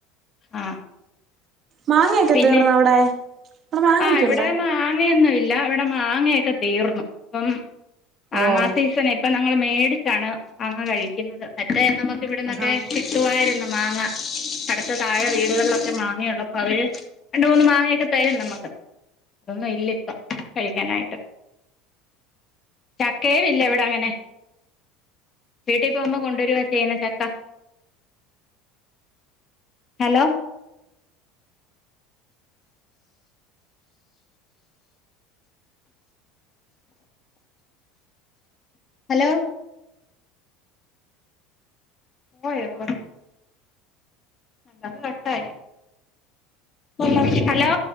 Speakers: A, on the left; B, on the right.
A: ആഹ്
B: മാങ്ങയൊക്കെ
A: പിന്നെ
B: തീർന്നോ അവിടെ അവിടെ മാങ്ങയൊക്കെ
A: ആഹ് ഇവിടെ
B: ഉണ്ടാ?
A: മാങ്ങയൊന്നും ഇല്ല ഇവടെ മാങ്ങയൊക്കെ തീർന്നു ഇപ്പം മാങ്ങാ
B: ഓഹ്
A: സീസൺ ഇ ഇപ്പൊ നങ്ങള് മേടിച്ചാണ് മാങ്ങ കഴിക്കുന്നത്, മറ്റേ നമുക്ക് ഇവിടന്നൊക്കെ
B: ആഹാ
A: കി കിട്ടുവായിരുന്നു മാങ്ങ അടുത്ത് താഴെ വീടുകളിലൊക്കെ മാങ്ങയുള്ളപ്പോ അവര് രണ്ട് മൂന്ന് മാങ്ങയൊക്കെ തെരും നമുക്ക്, അതൊന്നും ഇല്ല ഇപ്പ കഴിക്കാനായിട്ട് ചക്കയുവില്ല ഇവടെ അങ്ങനെ വീട്ടിൽ പോവുമ്പോ കൊണ്ടുവരുവാ ചെയ്യുന്നേ ചക്ക ഹലോ ഹലോ പോയോ അവര് അല്ല അത് കട്ടായി <inaudible> ഹലോ